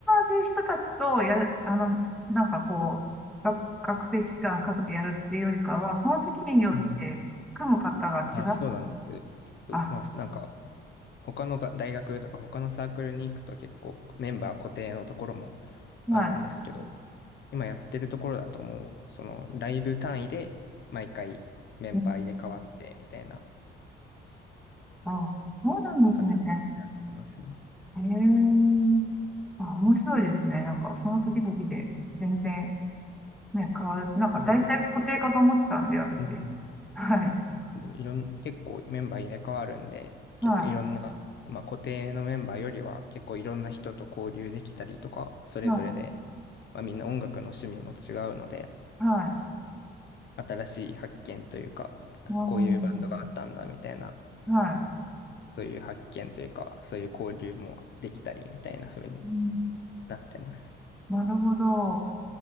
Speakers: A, in the centre; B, on the left.
A: 同じ人たちとやる、あの、なんかこう、学、学生期間かけてやるっていうよりかは、その時によって組む方が違う。
B: うんうんあ、そうなんです。ちょっと、
A: あ、
B: まあ、なんか、他のが大学とか他のサークルに行くと結構メンバー固定のところも
A: はい。
B: あるんですけど、今やってるところだともう、そのライブ単位で毎回メンバー入れ替わってみたいな
A: うんあ、そうなんですね。
B: 形になってますね。
A: えー、あ、面白いですね。なんか、その時々で全然。ね、変わる。なんか大体固定かと思ってたんで、
B: そうなんですよ。
A: 私。
B: うん。
A: はい。
B: でもいろん、結構メンバー入れ替わるんで、
A: は
B: 結構いろんな、まあ、固定のメンバーよりは結構いろんな人と交流できたりとか、それぞれで、
A: い。はい。
B: まあ、みんな音楽の趣味も違うので、
A: はい。
B: 新しい発見というか、
A: うん。
B: こういうバンドがあったんだみたいな、
A: はい。
B: そういう発見というか、そういう交流もできたりみたいな風に
A: うん
B: なってます。
A: なるほど。